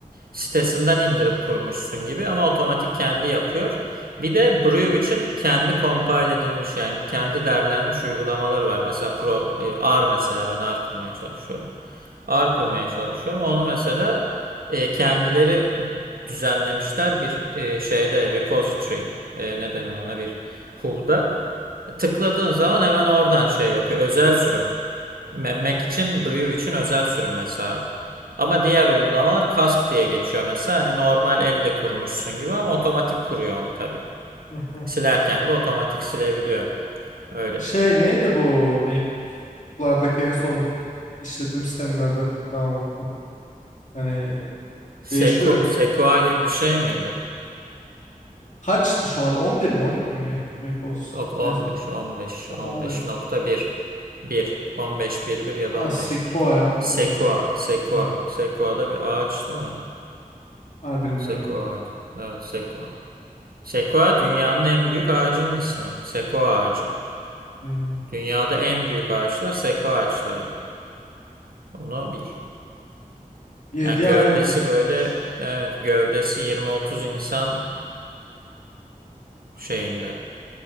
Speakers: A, on the right (about 80°); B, on the left (about 55°).
A: sitesinden indirip kurmuşsun gibi ama otomatik kendi yapıyor. Bir de Brew için kendi compile edilmiş yani kendi derlenmiş uygulamaları var. Mesela Pro e, R mesela ben R kurmaya çalışıyorum. R kurmaya çalışıyorum. Onu mesela e, kendileri düzenlemişler bir e, şeyde repository e, ne denir ona bir Hub'da. Tıkladığın zaman hemen oradan şey yapıyor. Özel sürüm. Me- Mac için, Brew için özel sürüm mesela. Ama diğer uygulamalar Cask diye geçiyor mesela. Hani normal elle kurmuşsun gibi ama otomatik kuruyor onu tabii.
B: Hı hı.
A: Silerken de otomatik silebiliyor. Öyle.
B: Şey neydi bu MacBook'lardaki en son işletim sistemin adı? Ben unuttum. Hani değişiyor.
A: Seku,
B: ya.
A: Sequoia gibi bir şey miydi?
B: Kaçtı şu an? 11 mi 12 mi macOS?
A: Yok 15,
B: En son.
A: 15,
B: O
A: 15.1.
B: 15.
A: 1, 15.1.1 ya
B: Aa,
A: da 15.1.
B: Sequoia
A: Sequoia,
B: e, diye.
A: Sequoia.
B: Bunu-
A: Sequoia da bir ağaç değil mi?
B: Aa, bilmiyorum.
A: Sequoia. Evet, Sequoia. Sekoya dünyanın en büyük ağacının ismi. Sekoya ağacı.
B: Hmm.
A: Dünyada en büyük ağaçlar sekoya ağaçları. Onu bil.
B: 7
A: Yani gövdesi
B: ay önce çıkmış.
A: böyle evet gövdesi yirmi otuz insan şeyinde